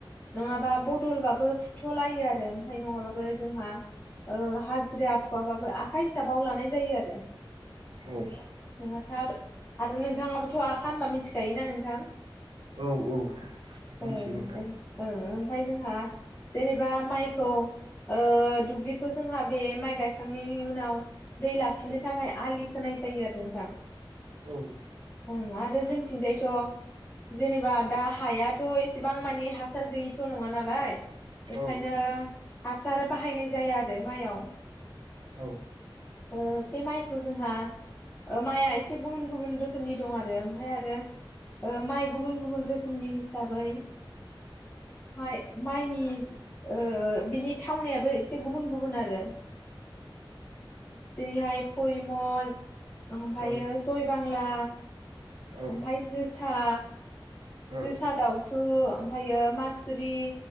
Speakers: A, on the left; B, on the right.
A: नङाबा बदलबाबो फुथ'लायो आरो ओमफाय नङाबाबो जोंहा औ हाजिरा फुआबाबो आखाइ हिसाबाव लानाय जायो आरो
B: औ
A: <unintelligible> आरो आरो नोंथाङाबोथ' आ खा होनबा मिथिखायोना नोंथां
B: औ औ मिथियो
A: ओं
B: नोंथां
A: ओं ओमफाय जोंहा जेनेबा माइखौ ओ दुब्लिखौ जोंहा बे माइ गायखांनायनि उनाव दै लाखिनो थाखाय आलि खोनाय जायो आरो नोंथां
B: औ
A: <unintelligible> आरो जोंथिंजायथ' जेनेबा दा हायाथ' एसेबां मानि हासार गैयिथ' नङा नालाय बेखायनो
B: औ
A: हासार बाहायनाय जाया आरो माइयाव
B: औ
A: ओ बे माइखौ जोंहा ओ माइआ एसे गुबुन गुबुन रोखोमनि दं आरो ओमफाय आ रो ओ माइ गुबुन गुबन रोखोमनि हिसाबै माइ -माइनि ओ बिनि थावनायाबो एसे गुबुन गुबुन आरो जेरिहाय फरि मल ओमफ्रायो
B: औ
A: जय बांला
B: औ औ
A: ओमफाय जोसा
B: ओ
A: जोसादावथु ओमफायो मासुरि